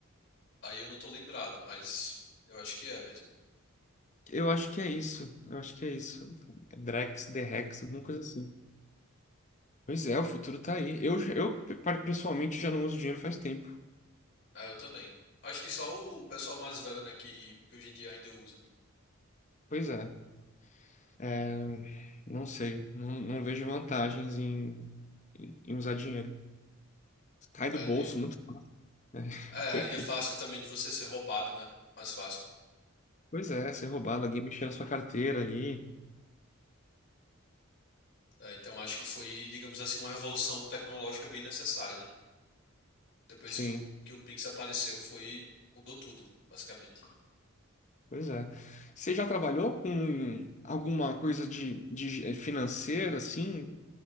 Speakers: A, on the left (about 55°); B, on the left (about 35°).
A: Aí eu não tô lembrado, mas eu acho que é mesmo.
B: Eu acho que é isso. Eu acho que é isso. Drex, Drex, alguma coisa assim. Pois é, o futuro tá aí. Eu, eu pe- pessoalmente já não uso dinheiro faz tempo.
A: Ah, eu também. Acho que só o pessoal mais velho, né, que, que hoje em dia ainda usa.
B: Pois é. É, não sei. Não, não vejo vantagens em, em em usar dinheiro. Cai do
A: É,
B: bolso
A: nem eu.
B: muito. <laughs>
A: É,
B: Porque-
A: e é fácil também de você ser roubado, né? Mais fácil.
B: Pois é, ser roubado, alguém mexer na sua carteira ali.
A: É, então acho que foi, digamos assim, uma revolução tecnológica bem necessária, né? Depois
B: Sim.
A: que o, que o Pix apareceu, foi, mudou tudo, basicamente.
B: Pois é. Você já trabalhou com alguma coisa de, de eh, financeira, assim,